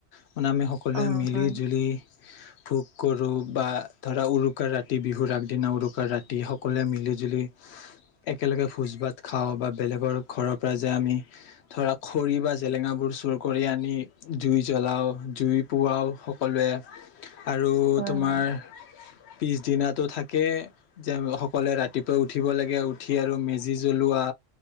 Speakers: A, on the left; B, on the right.
A: মানে আমি সকলোৱে
B: অ
A: মিলি
B: হয়
A: জুলি ভোগ কৰোঁ বা ধৰা উৰু উৰুকাৰ ৰাতি বিহুৰ আগদিনা উৰুকাৰ ৰাতি সকলোৱে মিলি জুলি একেলগে ভোজ ভাত খাওঁ বা বেলেগৰ ঘৰত তাৰ পৰা যে আমি ধৰা খৰি বা জেলেঙাবোৰ চুৰ কৰি আনি জুই জ্বলাওঁ জুই পুৱাওঁ সকলোৱে আৰু
B: হয়
A: তোমাৰ
B: হয়
A: পিছদিনোতো থাকে যে সকলোৱে ৰাতিপুৱাই উঠিব লাগে উঠি আৰু মেজি জ্বলোৱা